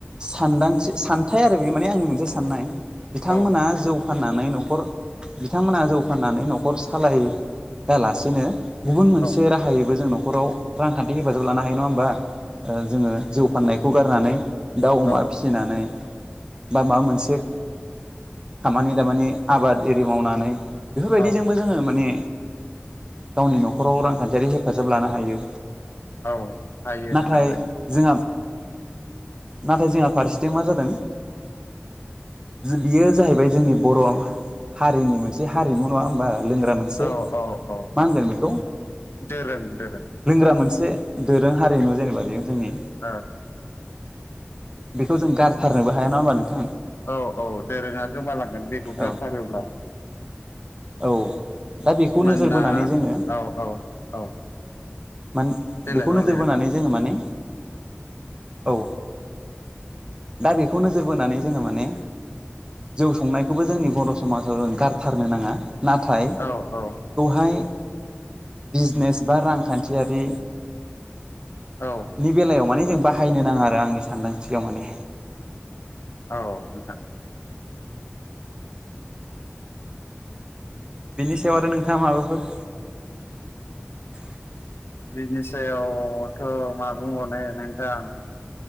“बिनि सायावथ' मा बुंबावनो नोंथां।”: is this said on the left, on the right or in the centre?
Left